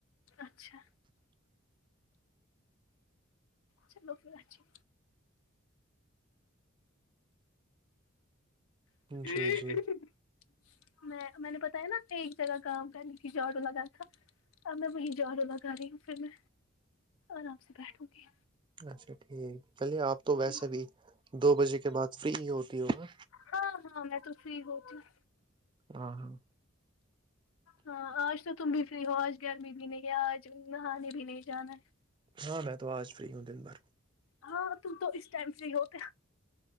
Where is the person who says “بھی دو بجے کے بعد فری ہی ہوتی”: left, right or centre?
Right